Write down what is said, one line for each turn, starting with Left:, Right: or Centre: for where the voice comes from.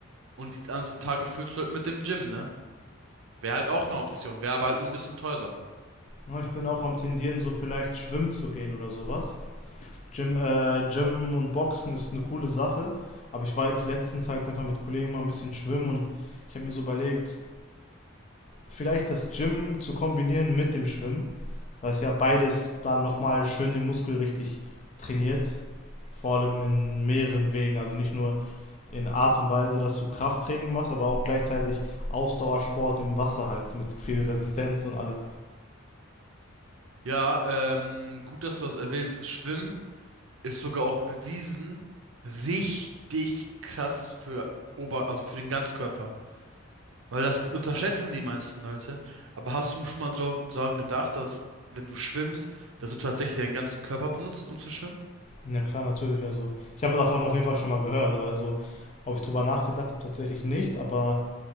Right: und die anderen Tage füllst du halt mit dem Gym, ne? Wäre halt auch eine Option, wäre aber halt nur ein bisschen teurer.
Left: Ja, Ich bin auch am tendieren, so vielleicht schwimmen zu gehen oder sowas. Gym, äh, Gym und Boxen ist eine coole Sache, aber ich war jetzt letztens halt einfach mit Kollegen mal ein bisschen schwimmen und ich habe mir so überlegt, vielleicht das Gym zu kombinieren mit dem Schwimmen, weil es ja beides dann nochmal schön den Muskel richtig trainiert, vor allem in mehreren Wegen, also nicht nur in Art und Weise, dass du Krafttraining machst, aber auch gleichzeitig Ausdauersport im Wasser halt mit viel Resistenz und allem.
Right: Ja, ähm, gut, dass du das erwähnst. Schwimmen ist sogar auch bewiesen richtig krass für Ober, also für den Ganzkörper. Weil das unterschätzen die meisten Leute. Aber hast du schon mal drauf dran gedacht, dass wenn du schwimmst, dass du tatsächlich deinen ganzen Körper benutzt, um zu schwimmen?
Left: Ja, klar, natürlich. Also, ich habe davon auf jeden Fall schon mal gehört. Also, ob ich drüber nachgedacht habe, tatsächlich nicht. Aber